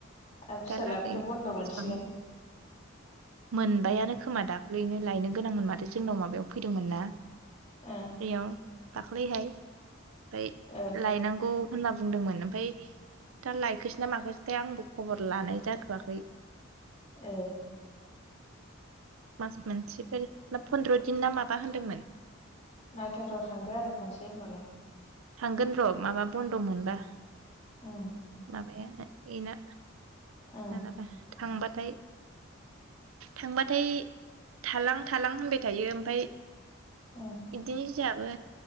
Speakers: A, on the left; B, on the right.
A: आरो फिसालायाबोथ'
B: दालागै
A: बन्द' मोनसिगोन
B: इसिबां मोनबायानो खोमा दाख्लैनो लायनो गोनांमोन माथो जोंनाव माबायाव फैदोंमोन ना
A: ओं
B: ओइयाव दाख्लैहाय ओमफ्राय
A: ओ
B: लायनांगौ होनना बुंदोंमोन ओमफ्राय दा लायखोसै ना माखाससोथाय आंबो खबर लानाय जाथवाखै
A: ए
B: मास मोनसेफोर ना फन्द्र दिन ना माबा होनदोंमोन
A: नायथाव थाव थांदो आरो खनसे होमबालाय
B: थांगोन र माबा बन्द मोनबा
A: ओम
B: एना एना
A: ओं
B: मालाबा थांबाथाय थांबाथाय थालां थालां होनबाय थायो ओमफ्राय
A: ओं
B: बिदि जोंहाबो